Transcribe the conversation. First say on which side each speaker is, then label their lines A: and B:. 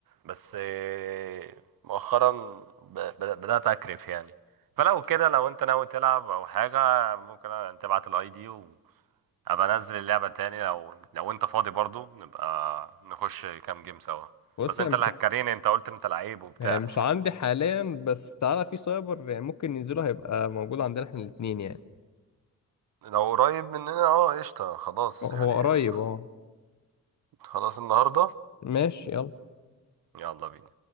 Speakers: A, on the right; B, on the left.
A: بس آه، مؤخرا ب- ب- بدأت اكرف يعني فلو كده لو انت ناوي تلعب او حاجة ممكن تبعت الاي دي ابقى انزل اللعبة تاني لو لو انت فاضي برضو نبقى نخش كام جيم سوا
B: بص
A: بس انت
B: أنا مش
A: اللي هتكريني انت قلت انت لعيب وبتاع
B: آه، مش عندي حاليا بس تعالى في سايبر يعني ممكن ننزله هيبقى موجود عندنا احنا الاثنين يعني
A: لو قريب مننا اه قشطة خلاص
B: هو
A: يعني
B: هو قريب اه
A: خلاص النهاردة
B: ماشي يلا
A: يلا بينا